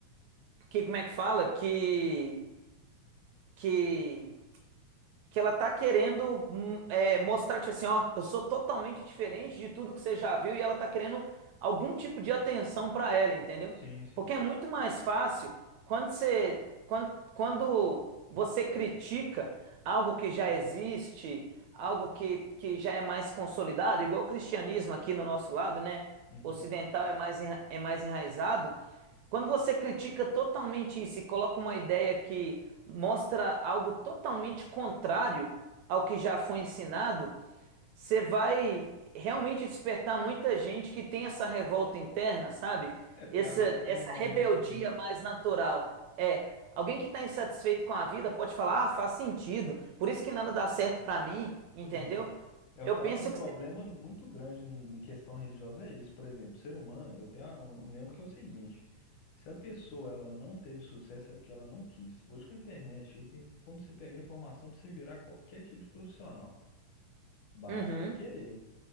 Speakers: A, on the right; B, on the left.
A: que como é que fala? Que, que que ela tá querendo hum, é, mostrar, tipo assim, ó, eu sou totalmente diferente de tudo que você já viu e ela tá querendo algum tipo de atenção pra ela, entendeu?
B: Sim, sim.
A: Porque é muito mais fácil quando você, quando, quando você critica algo que já existe, algo que, que já é mais consolidado, igual o cristianismo aqui no nosso lado, né?
B: Uhum.
A: ocidental é mais, enra- é mais enraizado, quando você critica totalmente isso e coloca uma ideia que mostra algo totalmente contrário ao que já foi ensinado, você vai realmente despertar muita gente que tem essa revolta interna, sabe?
B: É porque
A: Essa,
B: às vezes está
A: essa
B: num momento
A: rebeldia
B: ali.
A: mais natural. É, alguém que está insatisfeito com a vida pode falar, ah, faz sentido, por isso que nada dá certo para mim, entendeu?
B: Uhum. É o
A: Eu
B: que
A: penso
B: eu acho um problema
A: que...
B: muito grande em questão religiosa é isso. Por exemplo, ser humano, eu tenho a- um lema que é o seguinte: se a pessoa ela não teve sucesso é porque ela não quis. Hoje com a internet aí tem como você pegar informação para você virar qualquer tipo de profissional. Basta
A: Uhum.
B: querer,